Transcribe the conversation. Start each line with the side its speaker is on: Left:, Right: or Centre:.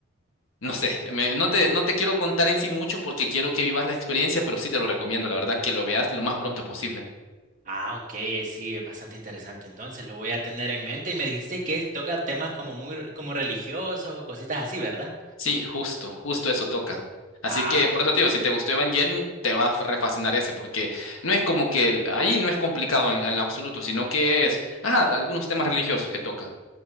Left: no sé, me- no te, no te quiero contar en sí mucho porque quiero que vivas la experiencia, pero sí te lo recomiendo, la verdad que lo veas lo más pronto posible.
Right: Ah, ok, eh, sí, es bastante interesante. Entonces lo voy a tener en mente y me dijiste que toca temas como muy como religiosos, o cositas así, ¿verdad?
Left: Sí, justo, justo eso toca.
Right: Ah,
Left: Así que por eso
Right: ok.
Left: te digo, si te gustó Evangelion, te va a refascinar ese, porque no es como que el- ahí no es complicado en, en lo absoluto, sino que es, ajá, algunos temas religiosos que toca.